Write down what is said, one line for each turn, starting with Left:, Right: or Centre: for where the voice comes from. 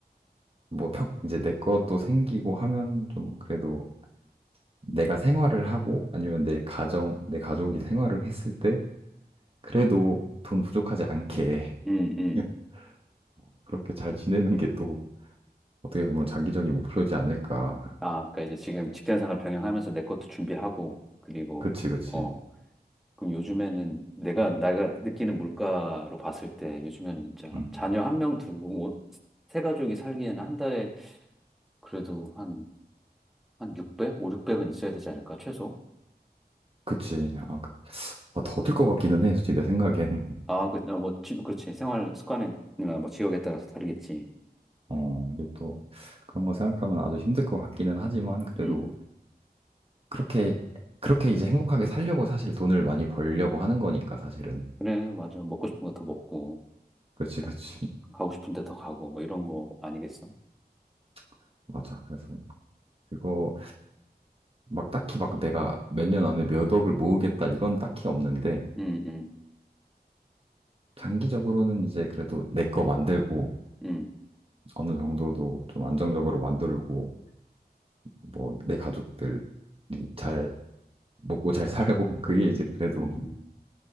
Right: 뭐, 평, 이제 내 것도 생기고 하면 좀 그래도 내가 생활을 하고 아니면 내 가정, 내 가족이 생활을 했을 때 그래도 돈 부족하지 않게
Centre: 음, 음.
Right: <laughs> 그렇게 잘 지내는 게또 어떻게 보면 장기적인 목표지 않을까.
Centre: 아, 그러니까 이제 지금 직장생활 병행하면서 내 것도 준비하고 그리고
Right: 그치, 그치.
Centre: 어 그럼 요즘에는 내가 내가 느끼는 물가로 봤을 때 요즘에는 진짜
Right: 음,
Centre: 자녀 한 명 두고 오- 세 가족이 살기에는 한 달에 그래도 한 한 600, 5, 600은 있어야 되지 않을까 최소?
Right: 그치. 아, 더들 것 같기는 해, 솔직히 내 생각엔.
Centre: 아, 그, 아, 뭐, 지- 그렇지. 생활 습관이나 뭐 지역에 따라서 다르겠지.
Right: 어, 이게 또 그런 거 생각하면 아주 힘들 것 같기는 하지만 그래도
Centre: 음,
Right: 그렇게, 그렇게 이제 행복하게 살려고 사실 돈을 많이 벌려고 하는 거니까 사실은.
Centre: 그래, 맞아. 먹고 싶은 거 더 먹고,
Right: 그치,
Centre: 자,
Right: 그치.
Centre: 가고 싶은 데 더 가고, 뭐 이런 거 아니겠어?
Right: <laughs> 맞아. 그래서 그거 막 딱히 막 내가 몇 년 안에 몇 억을 모으겠다 이건 딱히 없는데
Centre: 음, 음,
Right: 장기적으로는 이제 그래도 내 거 만들고
Centre: 음,
Right: 어느 정도도 좀 안정적으로 만들고 뭐 내 가족들이 잘 먹고 잘 살고 <laughs> 그게 이제 그래도
Centre: 음.